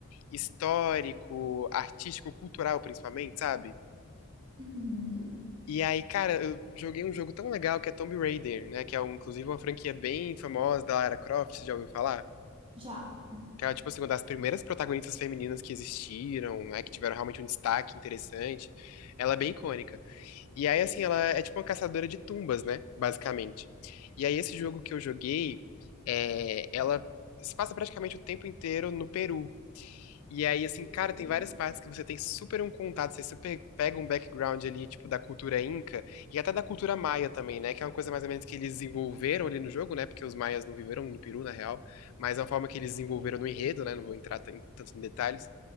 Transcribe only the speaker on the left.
histórico, artístico, cultural principalmente, sabe?
E aí, cara, eu joguei um jogo tão legal que é Tomb Raider, né, que é um, inclusive uma franquia bem famosa da Lara Croft, você já ouviu falar?
Cara, tipo assim, uma das primeiras protagonistas femininas que existiram, né, que tiveram realmente um destaque interessante, ela é bem icônica. E aí, assim, ela é tipo uma caçadora de tumbas, né, basicamente. E aí, esse jogo que eu joguei, é, ela se passa praticamente o tempo inteiro no Peru. E aí, assim,
cara, tem várias partes que você tem super um contato, você super pega um background ali, tipo, da cultura inca e até da cultura maia também, né? Que é uma coisa mais ou menos que eles desenvolveram ali no jogo, né? Porque os maias não viveram no Peru, na real, mas é uma forma que eles desenvolveram no enredo, né? Não vou entrar tan- tanto em detalhes.